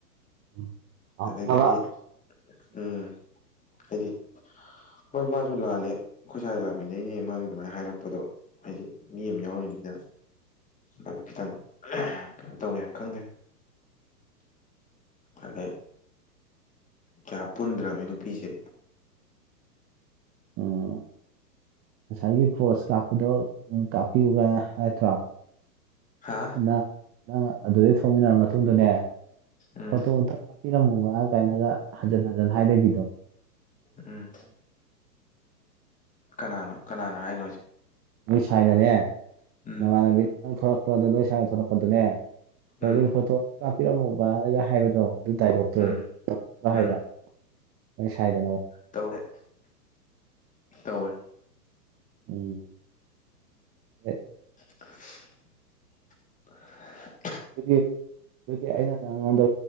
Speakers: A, on the right (about 25°); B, on the left (about 15°).
A: ꯎꯝ ꯎꯝ ꯁꯥꯎꯅꯕ
B: ꯑꯗꯒꯤꯗꯤ ꯎꯝ ꯍꯥꯏꯗꯤ ꯍꯣꯏ ꯃꯥꯁꯨ ꯂꯥꯜꯂꯦ ꯑꯩꯈꯣꯏ ꯁꯋꯥꯏ ꯂꯥꯛꯃꯤꯟꯅꯩꯅꯦ ꯃꯥꯁꯨ ꯑꯗꯨꯃꯥꯏꯅ ꯍꯥꯏꯔꯛꯄꯗꯣ ꯍꯥꯏꯗꯤ ꯃꯤ ꯑꯃ ꯌꯥꯎꯔꯤꯕꯅꯤꯅ ꯑꯗꯨ ꯈꯤꯇꯪ ꯀꯩꯅꯣ ꯇꯧꯋꯦ ꯈꯪꯗꯦ ꯑꯗꯩ ꯀꯌꯥ ꯄꯨꯟꯗ꯭ꯔꯕ ꯅꯨꯄꯤꯁꯦ
A: ꯎꯝ ꯉꯁꯥꯏꯒꯤ ꯄꯣꯁ ꯀꯥꯞꯄꯗꯣ ꯎ ꯀꯥꯞꯄꯤꯌꯨꯒ ꯍꯥꯏꯠꯇ꯭ꯔꯣ
B: ꯍꯥ
A: ꯅꯪ ꯅꯪ ꯑꯗꯨꯗꯩ ꯊꯣꯡꯃꯤꯟꯅꯔ ꯃꯇꯨꯡꯗꯅꯦ
B: ꯎꯝ
A: ꯐꯣꯇꯣ ꯑꯝꯇ ꯄꯤꯔꯝꯃꯨꯕ ꯀꯥꯏꯅꯒ ꯍꯟꯖꯤꯟ ꯍꯟꯖꯤꯟ ꯍꯥꯏꯗꯕꯤꯗꯣ
B: ꯎꯝ ꯀꯅꯥꯅꯣ ꯀꯅꯥꯅꯣ ꯍꯥꯏꯅꯣꯁꯤ
A: ꯅꯣꯏ ꯁ꯭ꯥꯏꯗꯅꯦ
B: ꯎꯝ
A: ꯅꯃꯥꯟꯅꯕꯤꯗ ꯅ ꯊꯂꯛꯄꯗ ꯅꯣꯏ ꯁꯗ ꯊꯂꯛꯄꯗꯨꯅꯦ ꯄꯃꯤꯡ
B: ꯎꯝ
A: ꯐꯣꯇꯣ ꯀꯥꯞꯄꯤꯔꯝꯃꯨꯕꯅꯒ ꯍꯥꯏꯕꯗꯣ ꯑꯗꯨ ꯗꯥꯏꯂꯣꯛꯇꯣ
B: ꯎꯝ
A: ꯭ꯔ
B: ꯎꯝ
A: ꯍꯥꯏꯕ ꯑꯩꯣꯏ ꯁꯥꯏꯗꯅ
B: ꯇꯧꯋꯦ ꯇꯧꯋꯦ
A: ꯎꯝ ꯑꯦ,
B: <unintelligible>
A: ꯑꯗꯨꯒꯤ ꯑꯗꯨꯒꯤ ꯑꯩꯅ ꯅꯪꯉꯣꯟꯗ